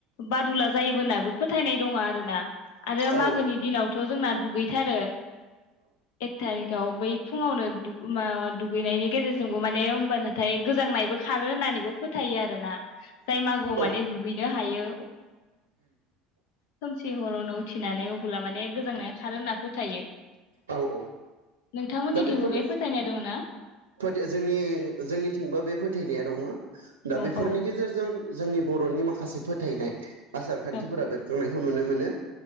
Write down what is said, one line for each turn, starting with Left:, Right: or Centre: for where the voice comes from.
Left: बादुला जायोबो होननाबो फोथायनाय दङ आरो ना। आरो
Right: औ
Left: मागोनि दिनावथ' जोंना दुगैथारो एक थारिखआव बै फुङावनो दुग मा दुगैनायनि गेजेरजोंबो माने होमबानो थाइख गोजांनायबो खारो होननानैबो फोथायो आरोना जाय मागोआव माने
Right: औ
Left: दुगैनो हायो खोमसि हरावनो उथिनानै अबोला माने गोजांनाया खारो होनना फोथायो।
Right: औ औ
Left: नोंथांमोननिथिंबो
Right: दा बेफोर
Left: बे फोथायनाय दङ ना
Right: फोदिया जोंनि जोंनिथिंबो बे फोथायनाया दङ। दा
Left: औ
Right: बेफोरनि
Left: औ
Right: गेजेरजों जोंनि बर'नि माखासे फोथायनाय आसार खान्थिफोरा
Left: औ
Right: बेरखांनाय <unintelligible> नुनो मोनो